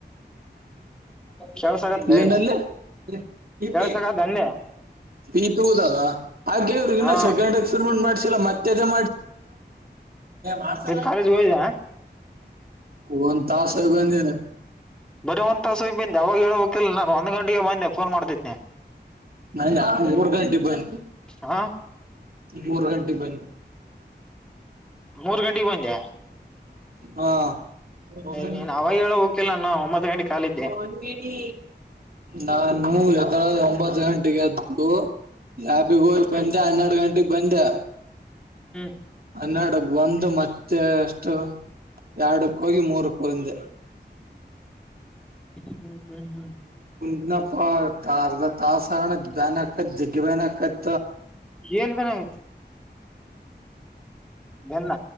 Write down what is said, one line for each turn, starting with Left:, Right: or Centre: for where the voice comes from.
Centre: ಕೆಳ್ಸಕತ್ ಲೇ
Right: ನೀನಲ್ಲ ಪ
Centre: ಕೆಳ್ಸಕತ್
Right: ಪ
Centre: ಅಂದೆ
Right: ಪೀಿತು ದದಾ <unintelligible> ಹಾಗೆ ಇ್ರಗ ಇನ್ನ
Centre: ಹಾ
Right: ಸೆಕಂಡ್ ಎಕ್ಸ್ಪೆರಿೆಂಟ್ ಮಾಡಸಿಲ್ಲ ಮತ್ತೆ ಅೇ ಮಾಡ್ಸ
Centre: ಇವತ್ ಕಾಲೇಜ್ ಹೋಗಿದ್ಯಾ
Right: ೊ ಒಂದ್ ತಾಸ ಬ ಸಾರ್ ಹೇ
Centre: ಬರೀ ಒಂದ್ ತಾಸ ಬಂದೆ ಅವಾಗ ಹೇಳಬೇಕಿಲ್ಲ ನಾನು ಒಂದ್ ಗಂಟೆಗೆ ಬಂದೆ ಫೋನ್ ಮಾಡ್ತಿದ್ನೆ
Right: ನಂಗ್ಯಾ ಮೂರ್ ಗಂಟೆ ಬಂದ್
Centre: ಹಾ
Right: ಮೂರು ಗಂಟೆಗೆ ಬಂದ್
Centre: ಮೂರ್ ಗಂಟೆಗೆ ಬಂದ್ಯಾ
Right: ಹಾ ಹ
Centre: ನೀನ್ ಅವಾಗ ಹೇಳಬೇಕಿಲ್ಲ ನಾನು ಒಂಬತ್ತು ಗಂಟೆ ಕಾಲಿದ್ದೆ
Right: ಮೊಯಿನಿ ನಾನು ಒಂಬತ್ತು ಗಂಟೆಗೆದ್ದು ಯಾಬಿಗ
Centre: ಹ್ಮ್
Right: ಹಂದೆ ಹನ್ನೆರಡು ಗಂಟೆಗೆ ಬಂದೇ
Centre: ಹೂ
Right: ಹನ್ನೆರಡ ಬಂದು ಮತ್ತೆ ಅಷ್ಟು ಎರಡುಕ್ಕೂ ಹೋಗಿ ಮೂರುಕ್ಕೆ ಬಂದೆ
Centre: ಹೂ ಹೂ ಹೂ
Right: ಇನ್ನಪ್ಪಾಾರ್ದ ತಾಸಸ್ಣ ಬ್ಯಾನ್ ಹಕತ್ ಜಿಗ್ಗ ಬ್ಯಾನ್ ಹಕತ್
Centre: ಏನ್ ಬ್ಯಾನ್ ಅಗತಿ ಬೆನ್ನ